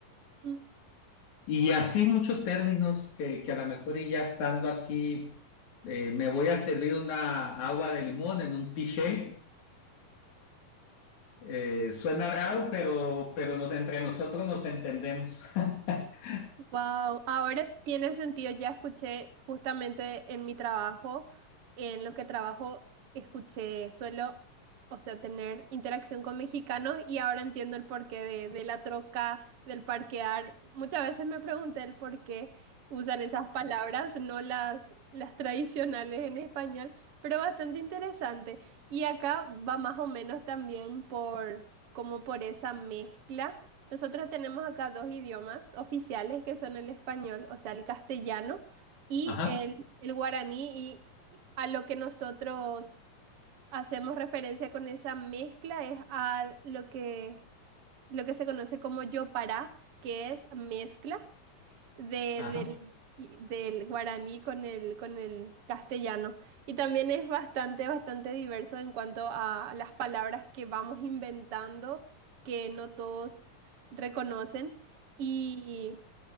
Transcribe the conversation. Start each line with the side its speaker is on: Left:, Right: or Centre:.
Right: <laughs>
Left: Y así muchos términos que, que a lo mejor y ya estando aquí, eh, me voy a servir una agua de limón en un piché. Eh, suena raro, pero, pero nos, entre nosotros nos entendemos. <laughs>
Right: Wow, ahora tiene sentido. Ya escuché justamente en mi trabajo, en lo que trabajo, escuché, suelo, o sea, tener interacción con mexicanos y ahora entiendo el porqué de, de la troca, del parquear. Muchas veces me pregunté el por qué usan esas palabras, no las, las tradicionales en español, pero bastante interesante. Y acá va más o menos también por, como por esa mezcla. Nosotros tenemos acá dos idiomas oficiales que son el español, o sea, el castellano y
Left: Ajá,
Right: el, el guaraní. Y a lo que nosotros hacemos referencia con esa mezcla es a lo que, lo que se conoce como yopará, que es mezcla de-
Left: ajá.
Right: del, del guaraní con el, con el castellano. Y también es bastante, bastante diverso en cuanto a las palabras que vamos inventando, que no todos reconocen. Y